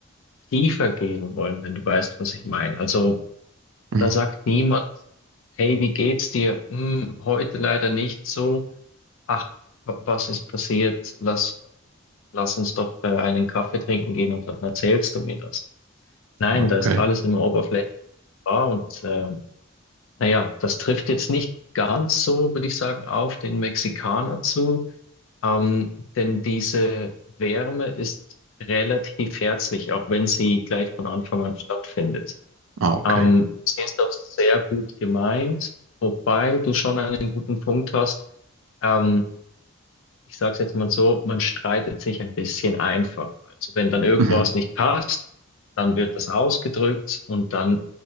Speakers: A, on the left (about 65°); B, on the right (about 70°).
A: tiefer gehen wollen, wenn du weißt, was ich meine. Also
B: mhm.
A: da sagt niemand, hey, wie geht's dir? Hm, heute leider nicht so. Ach, wa- was ist passiert? Lass lass uns doch äh, einen Kaffee trinken gehen und dann erzählst du mir das. Nein,
B: Ah,
A: da
B: okay,
A: ist alles immer oberflächlich wahr und ähm, naja, das trifft jetzt nicht ganz so, würde ich sagen, auf den Mexikaner zu, ähm, denn diese Wärme ist relativ herzlich, auch wenn sie gleich von Anfang an stattfindet.
B: ah, okay.
A: Ähm, sie ist auch sehr gut gemeint, wobei du schon einen guten Punkt hast. Ähm, ich sage es jetzt mal so, man streitet sich ein bisschen einfach. Also wenn dann irgendwas
B: Mhm.
A: nicht passt, dann wird das ausgedrückt und dann